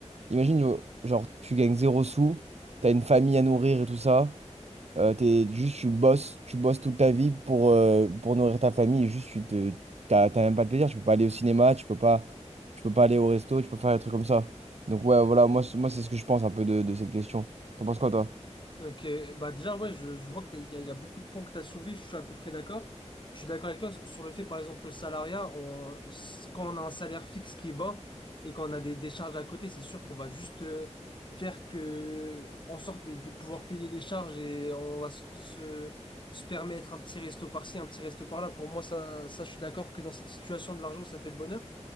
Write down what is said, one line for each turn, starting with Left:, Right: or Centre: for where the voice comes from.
Right: imagine, genre, tu gagnes zéro sous, t'as une famille à nourrir et tout ça. Euh, t'es, juste, tu bosses, tu bosses toute ta vie pour, euh, pour nourrir ta famille. Et Juste, tu te, t'as, t'as même pas de plaisir. Tu peux pas aller au cinéma, tu peux pas, tu peux pas aller au resto, tu peux faire des trucs comme ça. Donc, ouais, voilà, moi, c'est- moi c'est ce que je pense un peu de, de cette question. T'en penses quoi, toi?
Left: Ok, bah déjà, ouais, je, je vois qu'il y a, il y a beaucoup de points que tu as soulevés, je suis à peu près d'accord. Je suis d'accord avec toi sur le fait, par exemple, le salariat, on- s- quand on a un salaire fixe qui est bas et qu'on a des, des charges à côté, c'est sûr qu'on va juste euh, faire que, en sorte de, de pouvoir payer des charges et on va se, se, se permettre un petit resto par-ci, un petit resto par-là. Pour moi, ça, ça, je suis d'accord que dans cette situation de l'argent, ça fait le bonheur.